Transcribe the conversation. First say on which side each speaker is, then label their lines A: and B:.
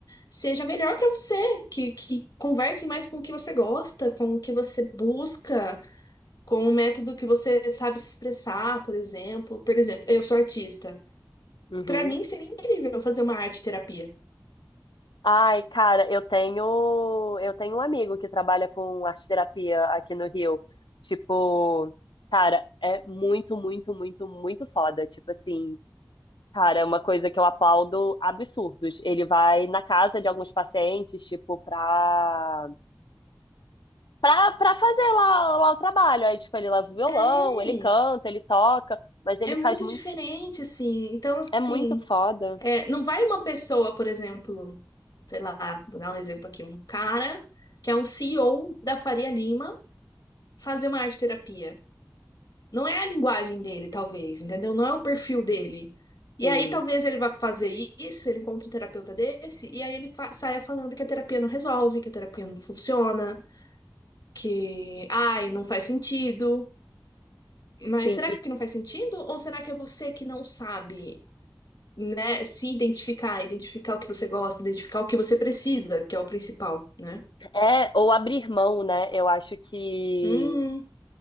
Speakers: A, on the left; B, on the left.
A: seja melhor para você, que, que converse mais com o que você gosta, com o que você busca, com o método que você sabe se expressar, por exemplo. Por exemplo, eu sou artista.
B: Uhum.
A: Para mim seria incrível fazer uma arte terapia.
B: Ai, cara, eu tenho eu tenho um amigo que trabalha com arte terapia aqui no Rio. Tipo, cara, é muito, muito, muito, muito foda. Tipo assim, cara, é uma coisa que eu aplaudo absurdos. Ele vai na casa de alguns pacientes, tipo, pra, pra, pra fazer lá, lá o trabalho. Aí, tipo, ele leva o violão,
A: É,
B: ele canta, ele toca, mas ele
A: é muito
B: faz muito,
A: diferente, assim. Então, assim,
B: é muito foda.
A: é, não vai uma pessoa, por exemplo, sei lá, vou dar um exemplo aqui, um cara que é um CEO da Faria Lima. fazer uma arte terapia. Não é a linguagem dele, talvez, entendeu? Não é o perfil dele. E
B: Sim,
A: aí, talvez ele vá fazer isso, ele encontra um terapeuta desse, e aí ele fa- saia falando que a terapia não resolve, que a terapia não funciona, que, ai, não faz sentido. Mas
B: sim,
A: será
B: e
A: que não faz sentido? Ou será que é você que não sabe, né, se identificar, identificar o que você gosta, identificar o que você precisa, que é o principal, né?
B: é, ou abrir mão, né? Eu acho que,
A: Hum,